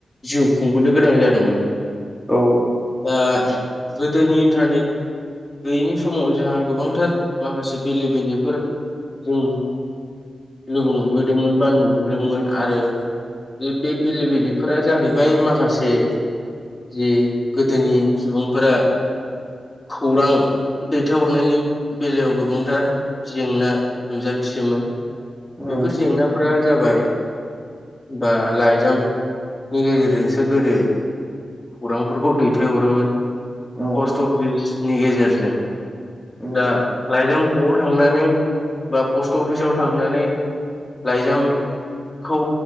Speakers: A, on the left; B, in the centre.
A: जिउ खुंबोनो गोनां जादोंमोन।
B: औ
A: दा गोदोनि इन्टारनेट गैयिनि समाव जाहा गोबांथार माखासे बेले बेजेफोर जों लोगो मोनबोदोंमोन बा नुबोदोंमोन आरो बे-बे-बेले बेजेफोरा जाहैबाय माखासे जि गोदोनि सुबुंफोरा खौरां दैथायहरनायनि बेलायाव गोबांथार जेंना नुजाथियोमोन
B: उम
A: बेफोर जेंनाफोरा जाबाय बा लाइजामनि गेजेरजोंसो गोदो खौरांफोरखौ दैथायहरोमोन।
B: उम
A: पस्ट अफिसनि गेजेरजों
B: उम
A: दा लाइजाम ख'आव थांनानै बा पस्ट अफिसाव थांनानै लाइजामखौ